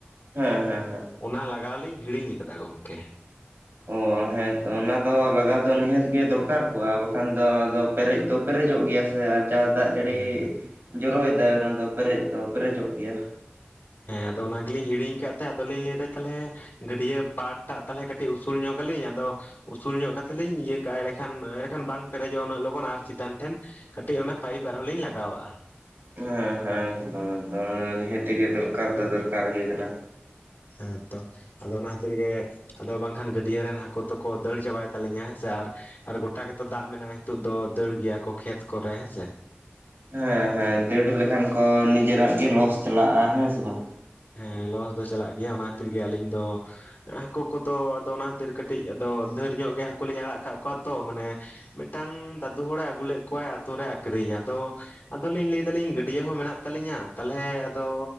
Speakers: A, on the right; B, on the left.
A: ᱦᱮᱸ ᱦᱮᱸ ᱦᱮᱸ
B: ᱚᱱᱟ ᱞᱟᱜᱟᱣ ᱞᱤᱧ ᱦᱤᱲᱤᱧ ᱟᱠᱟᱫᱟ ᱜᱚᱢᱠᱮ
A: ᱚ ᱦᱮᱸ ᱟ ᱚᱱᱟ ᱫᱚ ᱞᱟᱜᱟᱣ ᱫᱚ ᱱᱤᱦᱟᱹᱛ ᱜᱮ ᱫᱚᱨᱠᱟᱨ ᱠᱚᱜᱼᱟ ᱵᱟᱠᱷᱟᱱ ᱫᱚ ᱟᱫᱚ ᱯᱮᱨᱮᱡ ᱫᱚ ᱯᱮᱨᱮᱡᱚᱜ ᱜᱮᱭᱟ ᱥᱮ ᱡᱟ ᱫᱟᱜ ᱡᱟᱹᱲᱤ
B: ᱦᱮᱸ
A: ᱡᱚᱨᱚᱭᱮᱫᱟᱭ ᱚᱱᱟ ᱫᱚ ᱯᱮᱨᱮᱡ ᱫᱚ ᱯᱮᱨᱮᱡᱚᱜ ᱜᱮᱭᱟ
B: ᱦᱮᱸ ᱟᱫᱚ ᱚᱱᱟᱜᱮ ᱞᱤᱧ ᱦᱤᱲᱤᱧ ᱟᱠᱟᱫ ᱛᱟᱦᱮᱸ ᱟᱫᱚᱞᱤᱧ ᱞᱟᱹᱭ ᱮᱫᱟ ᱛᱟᱦᱚᱞᱮ ᱜᱟᱹᱰᱭᱟᱹ ᱯᱟᱴ ᱴᱟᱜ ᱛᱟᱦᱚᱞᱮ ᱠᱟᱹᱴᱤᱡ ᱩᱥᱩᱞ ᱧᱚᱜ ᱟᱹᱞᱤᱧ ᱟᱫᱚ ᱩᱥᱩᱞ ᱧᱚᱜ ᱠᱟ ᱠᱟᱛᱮᱫ ᱞᱤᱧ ᱤᱭᱟᱹ ᱠᱟᱜᱼᱟ ᱮᱸᱰᱮᱠᱷᱟᱱ ᱮᱸᱰᱮᱠᱷᱟᱱ ᱵᱟᱝ ᱯᱮᱨᱮᱡᱚᱜᱼᱟ ᱩᱱᱟᱹᱜ ᱞᱚᱜᱚᱱ ᱟᱨ ᱪᱮᱛᱟᱱ ᱴᱷᱮᱱ ᱠᱟᱹᱴᱤᱡ ᱚᱱᱟ ᱯᱟᱭᱤᱯ ᱟᱨᱦᱚᱸ ᱞᱤᱧ ᱞᱟᱜᱟᱣᱟᱜᱼᱟ
A: ᱦᱮᱸ ᱦᱮᱸ ᱮᱠᱫᱚᱢ ᱮᱠᱫᱚᱢ ᱱᱤᱦᱟᱹᱛ ᱜᱮ ᱫᱚᱨᱠᱟᱨ ᱫᱚ ᱫᱚᱨᱠᱟᱨ ᱜᱮ ᱠᱟᱱᱟ
B: ᱦᱮᱸ ᱛᱚ ᱟᱫᱚ ᱚᱱᱟ ᱠᱷᱟᱹᱛᱤᱨ ᱜᱮ ᱟᱫᱚ ᱵᱟᱝᱠᱷᱟᱱ ᱜᱟᱹᱰᱭᱟᱹ ᱨᱮᱱ ᱦᱟᱹᱠᱩ ᱫᱚᱠᱚ ᱫᱟᱹᱲ ᱪᱟᱵᱟᱭ ᱛᱟᱞᱤᱧᱟ ᱦᱮᱸ ᱥᱮ ᱟᱨ ᱟᱨ ᱜᱚᱴᱟ ᱜᱮᱛᱚ ᱫᱟᱜ ᱢᱮᱱᱟᱜᱼᱟ ᱱᱤᱛᱚᱜ ᱫᱚ ᱫᱟᱹᱲ ᱜᱮᱭᱟ ᱠᱚ ᱠᱷᱮᱛ ᱠᱚᱨᱮ ᱦᱮᱸᱥᱮ
A: ᱦᱮᱸ ᱦᱮᱸ ᱫᱟᱹᱲ ᱞᱮᱠᱷᱟᱱ ᱠᱚ ᱱᱤᱡᱮᱨᱟᱜ ᱜᱮ ᱞᱚᱥ ᱪᱟᱞᱟᱜᱼᱟ ᱦᱮᱸ ᱥᱮ ᱵᱟᱝ
B: ᱦᱮᱸ ᱞᱚᱥ ᱫᱚ ᱪᱟᱞᱟᱜ ᱜᱮᱭᱟ ᱚᱱᱟ ᱠᱷᱟᱹᱛᱤᱨ ᱜᱮ ᱟᱹᱞᱤᱧ ᱫᱚ ᱦᱟᱹᱠᱩ ᱠᱚᱫᱚ ᱟᱫᱚ ᱚᱱᱟ ᱠᱷᱟᱹᱛᱤᱨ ᱠᱟᱹᱴᱤᱡ ᱟᱫᱚ ᱰᱷᱮᱨ ᱧᱚᱜ ᱜᱮ ᱦᱟᱹᱠᱩ ᱞᱤᱧ ᱟᱲᱟᱜ ᱠᱟᱜ ᱠᱚᱣᱟ ᱛᱚ ᱢᱟᱱᱮ ᱢᱤᱫᱴᱟᱝ ᱫᱟᱫᱩ ᱦᱚᱲᱮ ᱟᱹᱜᱩ ᱞᱮᱫ ᱠᱚᱣᱟᱭ ᱟᱛᱳ ᱨᱮ ᱟᱠᱷᱨᱤᱧ ᱟᱫᱚ ᱟᱫᱚᱞᱤᱧ ᱞᱟᱹᱭ ᱫᱟᱞᱤᱧ ᱜᱟᱹᱰᱭᱟᱹ ᱦᱚᱸ ᱢᱮᱱᱟᱜ ᱛᱟᱞᱤᱧᱟ ᱛᱟᱦᱚᱞᱮ ᱟᱫᱚ